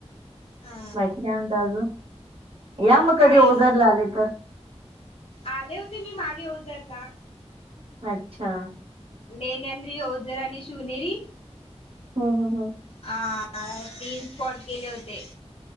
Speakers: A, on the left (about 65°); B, on the right (about 55°).
A: हा
B: बाकी काय म्हणत अजुन? या मग
A: काही
B: कधी ओझारला आले तर.
A: आले होते मी मागे ओझरला.
B: अच्छा!
A: नेन अन्री, ओजरा आणि शिवनेरी
B: हो हो हो.
A: आ तीन स्पॉट गेले होते.